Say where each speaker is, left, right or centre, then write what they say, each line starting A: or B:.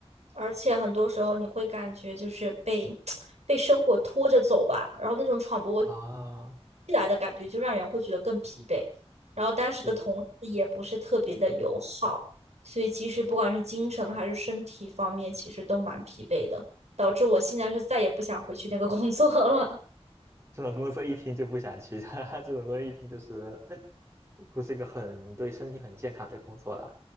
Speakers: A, on the right (about 85°); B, on the right (about 25°).
A: 而且很多时候你会感觉就是被被生活拖着走吧，然后那种喘不过气
B: 啊。
A: 来的感觉，就让人会觉得更疲惫。然后当时的同事也不是特别的友好，
B: 对。
A: 所以其实不管是精神还是身体方面，其实都蛮疲惫的，导致我现在是再也不想回去那个工作了。
B: 这种工作一听就不想去，<laughs> 哈哈！这种工作一听就是不是一个很对身体很健康的工作啦。